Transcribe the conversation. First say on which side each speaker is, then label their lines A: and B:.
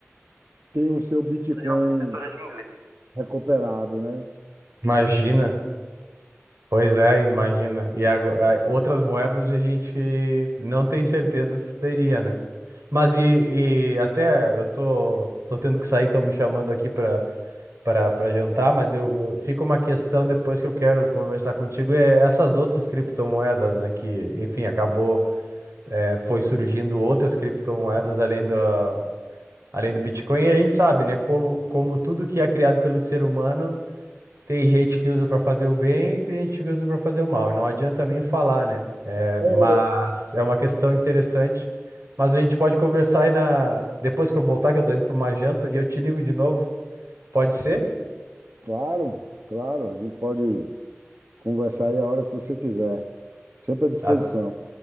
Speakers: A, on the right; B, on the right.
A: tem o seu Bitcoin
B: Fazer uma professora de inglês.
A: recuperado, né?
B: Imagina. Pois é, imagina. E ago- a- outras moedas a gente não tem certeza se teria, né? Mas e, e até eu tô, tô tendo que sair, estão me chamando aqui para para para jantar, mas eu, eu- fica uma questão depois que eu quero conversar contigo, é essas outras criptomoedas, né? Que, enfim, acabou, é, foi surgindo outras criptomoedas além da, além do Bitcoin, e a gente sabe, né? Como, como tudo que é criado pelo ser humano. Tem gente que usa pra fazer o bem, tem gente que usa pra fazer o mal. E não adianta nem falar, né? É,
A: É,
B: mas é uma questão interessante. Mas a gente pode conversar aí na... depois que eu voltar, que eu tô indo pra uma janta, e eu te ligo de novo. Pode ser?
A: claro, claro, a gente pode. Conversar aí a hora que você quiser. Sempre à disposição.
B: Tá,